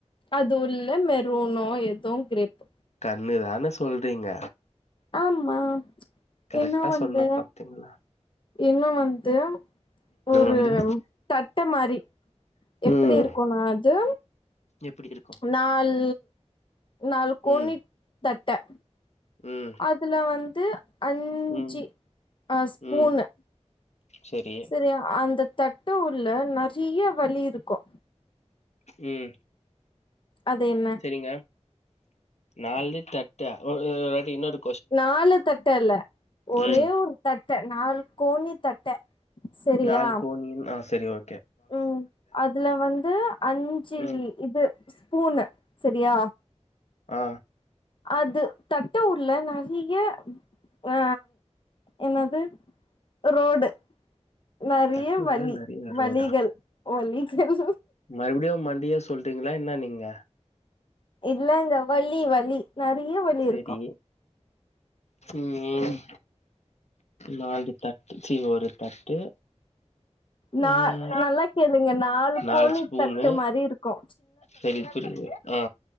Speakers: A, on the left; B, on the left.
A: அது உள்ள மெரூனோ எதோ கிரிப்பு
B: கண்ணுதான சொல்றீங்க
A: ஆமா
B: கரக்டா
A: என்ன வந்து
B: சொன்னா பாத்தீங்ளா
A: இன்னு வந்து ஒரு
B: வந்து
A: தட்டு மாரி எப்டி
B: ம்
A: இருக்குனா அது
B: எப்டி இரு
A: நால் நால் கோனி
B: ம்
A: தட்ட
B: ம்
A: அதுல வந்து அஞ்சு
B: ம்
A: அ ஸ்பூனு
B: ம் சரி
A: சரியா அந்த தட்டு உள்ள நெறையா வலி இருக்கு
B: ம்
A: அது என்ன
B: ங்க நாலு தட்ட ஒருவாட்டி இன்னோரு
A: நாலு தட்ட இல்ல ஒரே
B: ம்
A: ஒரு தட்ட நாலு கோனி தட்ட செரியா
B: நாலு கோனி ஆ சரி ஓ
A: ம் அதுல வந்து அஞ்சு
B: ம்
A: இது ஸ்பூனு சரியா
B: ஆ
A: அது தட்ட உள்ள நெறைய ஆ என்னாது ரோடு நெறைய
B: தட்டுள்ள
A: வழி
B: நெறைய
A: வழிகள்
B: ரோடா
A: வழிகள்
B: மறுபடியு மண்டயா சொல்றீங்களா என்னா நீங்க
A: இல்லங்க வழி வழி நெறைய வழி
B: சேரி
A: இருக்கு
B: ம் நாலு தட்டு சீ ஒரு தட்டு
A: நா
B: ம்
A: நல்லா கேளுங்க
B: நாலு
A: கோணி
B: ஸ்பூனு
A: தட்டு மாரி இருக்கு
B: செரி புரிது ஆ